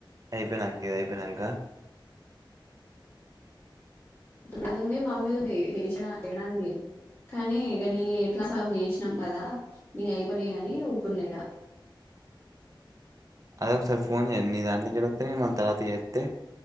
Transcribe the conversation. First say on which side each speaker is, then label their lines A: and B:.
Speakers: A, on the right; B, on the left.
A: అయిపోనాక ఇది అయిపోయినాంక.
B: అన్నీ మా మీదుంది వేషినా చేయడానికి కానీ ఇగ నీ ఎట్లా సగం చేసినాం కదా నీ అయిపోనా అని ఊకున్నా ఇగ.
A: అదే ఒకసారి ఫోన్ చెయ్ ని దాంట్లోకి కెలోత్నాయి ఏమో మన తరువాత జెతే